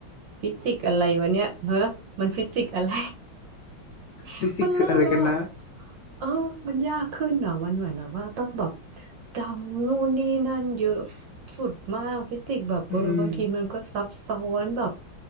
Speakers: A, on the right; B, on the left.
A: ฟิสิกส์อะไรวะเนี่ยเฮ้อ มันฟิสิกส์อะไร <laughs>
B: ฟิสิกส์คืออะไรกันนะ
A: มันเริ่มแล้วอ่ะ เออมันยากขึ้นเหรอมันเหมือนแบบว่าต้องแบบจำนู่นนี่นั่นเยอะสุดมากฟิสิกส์แบบเออบางทีมันก็ซับซ้อนแบบ
B: อืม